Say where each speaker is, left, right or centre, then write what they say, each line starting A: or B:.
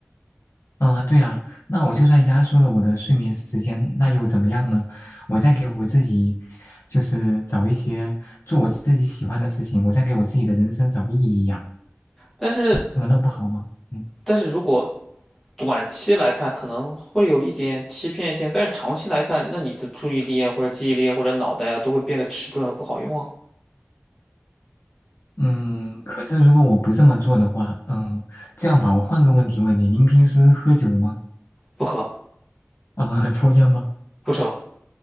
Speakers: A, on the left (about 65°); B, in the centre.
A: 嗯，对啊，那我就算压缩了我的睡眠时间，那又怎么样呢？我再给我自己，就是找一些做我自己喜欢的事情，我再给我自己的人生找意义呀，
B: 但是
A: 难道不好吗？嗯
B: 但是如果短期来看可能会有一点欺骗性，但是长期来看，那你的注意力啊，或者记忆力啊，或者脑袋啊，都会变得迟钝和不好用啊。
A: 嗯，可是如果我不这么做的话，嗯，这样吧，我换个问题问你，您平时喝酒吗？
B: 不喝
A: <laughs> 啊、抽烟吗？
B: 不抽